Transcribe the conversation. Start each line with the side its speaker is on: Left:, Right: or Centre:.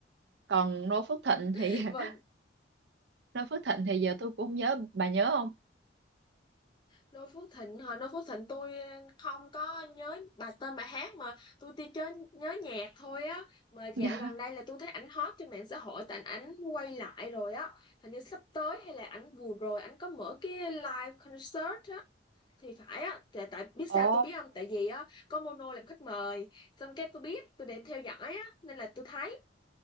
Right: còn Noo Phước Thịnh
Left: <laughs>
Right: thì
Left: Vậy
Right: <laughs> Noo Phước Thịnh thì giờ tôi cũng không nhớ bà nhớ không
Left: Đô Phước Thịnh hả? Đô Phước Thịnh tôi ờ, không có nhớ bà tên bài hát mà tôi chỉ chớ nhớ nhạc thôi á. Mà dạo
Right: <laughs>
Left: gần đây là tôi thấy ảnh hot trên mạng xã hội tại ảnh quay lại rồi á. Hình như sắp tới hay là ảnh vừa rồi ảnh có mở cái live concert á thì phải á tại, tại biết sao
Right: ồ
Left: tôi biết không tại vì á có Mono làm khách mời xong cái tôi biết tôi để theo dõi á nên là tôi thấy